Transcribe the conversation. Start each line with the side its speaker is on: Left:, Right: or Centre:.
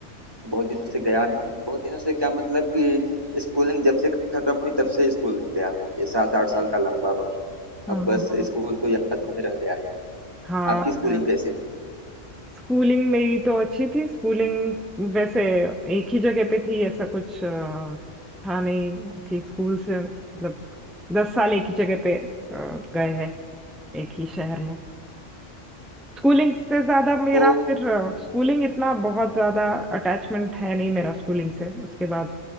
Right: बहुत दिनों से गया नहीं बहुत दिनों से क्या मतलब कि स्कूलिंग जब से खत्म हुई तब से स्कूल नहीं गया ये सात आठ साल का लंबा वक्त
Centre: हाँ
Right: अब बस स्कूल तो यादों में रह गया है
Centre: हाँ
Right: आपकी स्कूलिंग
Centre: हाँ
Right: कैसी
Centre: स्कूलिंग मेरी तो अच्छी थी स्कूलिंग वैसे एक ही जगह पे थी ऐसा कुछ अ, था नहीं कि स्कूल से मतलब दस साल एक ही जगह पे अ, गए हैं एक ही शहर में स्कूलिंग से ज्यादा मेरा
Right: तो
Centre: फिर स्कूलिंग इतना बहुत ज्यादा अटैचमेंट है नहीं मेरा स्कूलिंग से उसके बाद